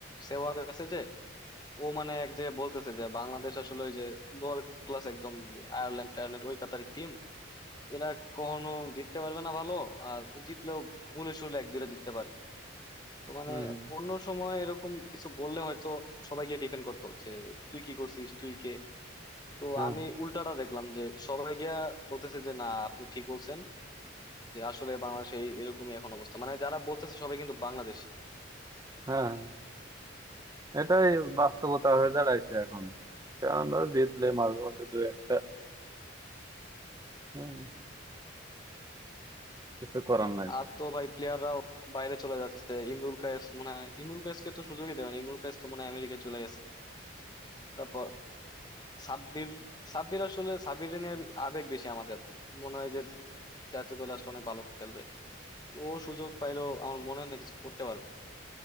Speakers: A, on the left; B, on the right.
A: সেহওয়াগ আছে যে ও মানে এক জায়গায় বলতেছে যে বাংলাদেশ আসলে ওই যে লোয়ার ক্লাস একদম যে আয়ারল্যান্ড টায়ারল্যান্ড ওই কাতারের টিম এরা কখনো জিততে পারবে না ভালো আর জিতলেও ভুলে শুলে এক দুইটা জিততে পারে তো মানে
B: হম হম
A: অন্য সময় এরকম কিছু বললে হয়তো সবাই গিয়ে ডিফেন্ড করতো যে তুই কি করছিস তুই কে তো
B: হ্যাঁ
A: আমি উল্টাটা দেখলাম যে সবাই গিয়া বলতেছে যে না আপনি ঠিক বলছেন যে আসলে বাংলাদেশে এই- এরকমই এখন অবস্থা মানে যারা বলতেছে সবাই কিন্তু বাংলাদেশ
B: হ্যাঁ এটাই বাস্তবতা হয়ে দাঁড়াইছে এখন কারণ ওরা জিতলে মাঝে মধ্যে দু একটা উম, কিছু করার নাই
A: আর তো ভাই প্লেয়াররা বাইরে চলে যাচ্ছে ইমরুল কায়েস মানে ইমরুল কায়েসকে তো সুযোগই দেয়নি ইমরুল কায়েস তো মনে হয় আমেরিকায় চলে গেছে তারপর সাব্বির সাব্বির আসলে সাব্বির নিয়ে আবেগ বেশি আমাদের মনে হয় যে জাতীয় দল আসলে অনেক ভালো খেলবে ও সুযোগ পাইলেও আমার মনে হয় না কিছু করতে পারবে